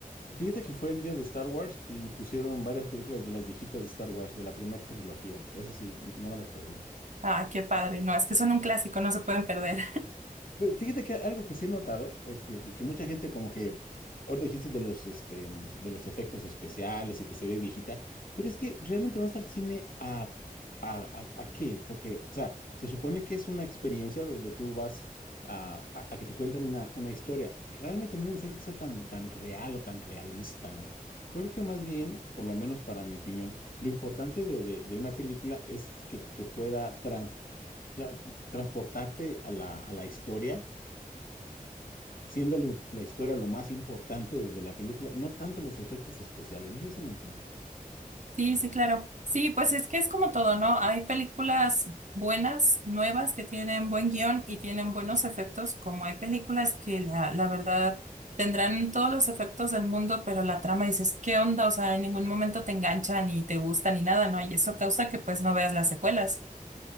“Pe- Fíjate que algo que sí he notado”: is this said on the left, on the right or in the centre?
Left